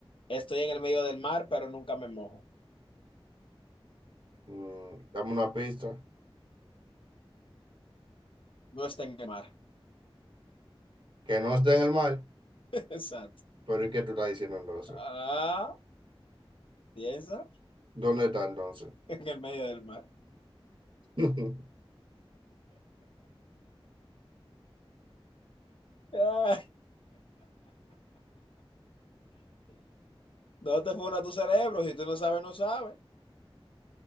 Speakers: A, on the left; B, on the right.
A: Estoy en el medio del mar, pero nunca me mojo.
B: mm, dame una pista,
A: No está en el mar.
B: que no esté en el mal,
A: <laughs> Exacto.
B: pero ¿y qué tú estás diciendo entonces?
A: Ah, piensa
B: ¿Dónde está entonces?
A: en el medio del mar.
B: <laughs>
A: Ah, No te funda tu cerebro. Si tú no sabes, no sabes.